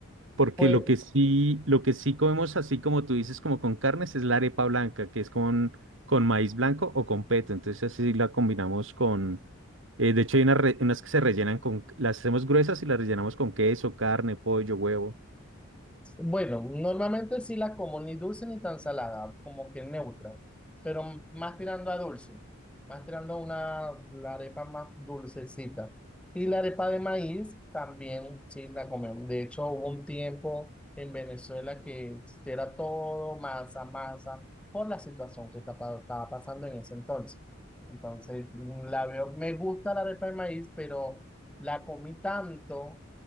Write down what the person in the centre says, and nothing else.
Pues
Bueno, normalmente sí la como ni dulce ni tan salada, como que neutra, pero m- más tirando a dulce, más tirando a una la arepa más dulcecita. Y la arepa de maíz también sí la comemos. De hecho, hubo un tiempo en Venezuela que era todo masa, masa, por la situación que estaba, estaba pasando en ese entonces. Entonces, mm, la veo, me gusta la arepa de maíz, pero la comí tanto